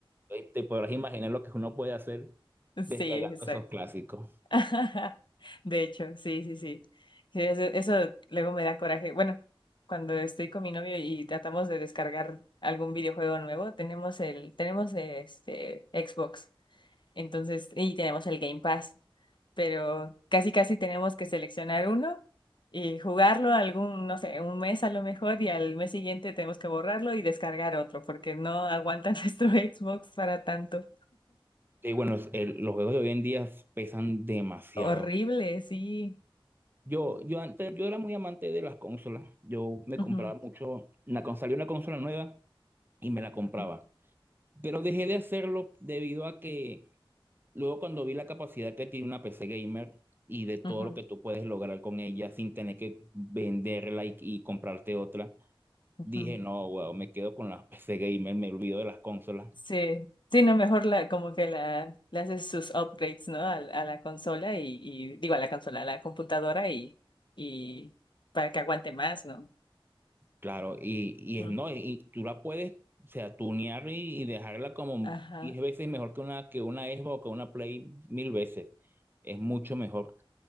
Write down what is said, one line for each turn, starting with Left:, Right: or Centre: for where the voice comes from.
Right: Entonces, Te podrás imaginar lo que uno puede hacer descargando
Left: Sí, <laughs>
Right: esos clásicos.
Left: De hecho, sí, sí, sí. Sí, eso, eso luego me da coraje. Bueno, cuando estoy con mi novio y tratamos de descargar algún videojuego nuevo, tenemos el, tenemos este Xbox, entonces, y tenemos el Game Pass, pero casi casi tenemos que seleccionar uno y jugarlo algún, no sé, un mes a lo mejor, y al mes siguiente tenemos que borrarlo y descargar otro, porque no aguanta <laughs> nuestro Xbox para tanto.
Right: Y bueno, el- los juegos de hoy en día pesan demasiado.
Left: Horrible, sí.
Right: Yo, yo antes, yo era muy amante de las consolas. Yo me compraba
Left: Ujú,
Right: mucho, una, cuando salió una consola nueva. y me la compraba.
Left: ujú,
Right: Pero dejé de hacerlo debido a que luego cuando vi la capacidad que tiene una PC gamer y de todo
Left: ujú.
Right: lo que tú puedes lograr con ella sin tener que venderla y, y comprarte otra,
Left: Ujú.
Right: dije, no, weón, me quedo con la PC gamer, me olvido de las consolas.
Left: Sí, sí, no, mejor la, como que la, le haces sus upgrades, ¿no? A, a la consola y, y- digo, a la consola, a la computadora y, y para que aguante más, ¿no?
Right: Claro, y, y
Left: Ujú.
Right: es no, y tú la puedes, o sea, tunear y, y dejarla como
Left: Ajá.
Right: 10 veces mejor que una, que una Xbox o que una Play mil veces. Es mucho mejor.